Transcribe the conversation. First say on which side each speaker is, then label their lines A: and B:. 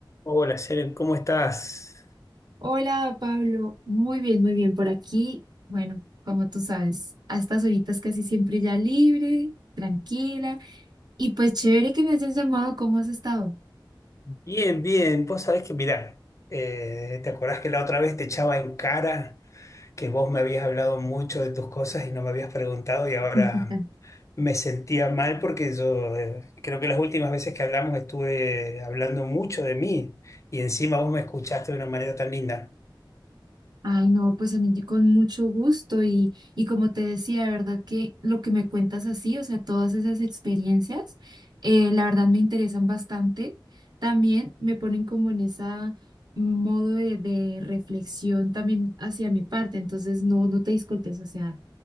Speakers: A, on the left; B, on the right.
A: Hola, Janet, ¿cómo estás?
B: Hola Pablo, muy bien, muy bien por aquí. Bueno, como tú sabes, a estas horitas casi siempre ya libre, tranquila y pues chévere que me hayas llamado, ¿cómo has estado?
A: Bien, bien. Vos sabés que, mirá, eh, ¿te acordás que la otra vez te echaba en cara que vos me habías hablado mucho de tus cosas y no me habías preguntado y ahora
B: <laughs>
A: me sentía mal porque yo eh, creo que las últimas veces que hablamos estuve hablando mucho de mí y encima vos me escuchaste de una manera tan linda
B: Ay, no, pues a mí con mucho gusto y, y como te decía, de verdad que lo que me cuentas así, o sea, todas esas experiencias, eh, la verdad me interesan bastante. También me ponen como en esa mm, modo de, de reflexión también hacia mi parte, entonces no, no te disculpes, o sea.